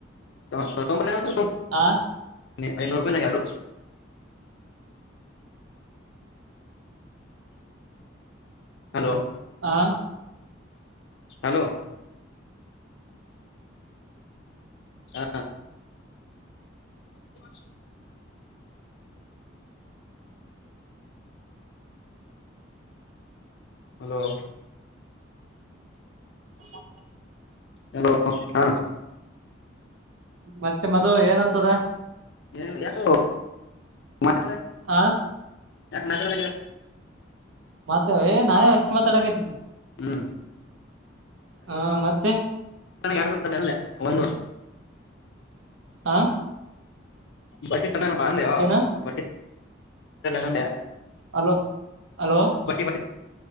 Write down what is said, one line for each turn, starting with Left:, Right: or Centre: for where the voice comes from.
Left: ತ ಕಟೋ ಬನತ
Right: ಹಾ
Left: ನೀ ಐನೂರು ರಪಾಯಿನ ಯಡುು ಹಲೋ
Right: ಆ
Left: ಹಲೋ ಹಾ <unintelligible> ಹಲೋ
Right: ಹ
Left: ಹಲೋ ಹಾ
Right: ಮತ್ತೆ ಮದ್ ಏನಂತದ
Left: ಹ ಯಕ ಮಾಟ
Right: ಆ
Left: ಮಾಟಗ
Right: ಮತ್ತ ಏ ನಾನೇ ಅಷ್ಟು ಮಾತಾಡಕ ಇದ್ದೀನಿ
Left: ಹ್ಮ್
Right: ಹಾ ಮತ್ತೆ
Left: ಡ್ತ ಒನ್
Right: ಆ
Left: ಬಟ್ಟಿಟಕಾನ ಪಾ
Right: ಏನ
Left: ಬಟ್ಟ ಹ
Right: ಹಲೋ ಹಲೋ
Left: ಬಟ್ಟಿ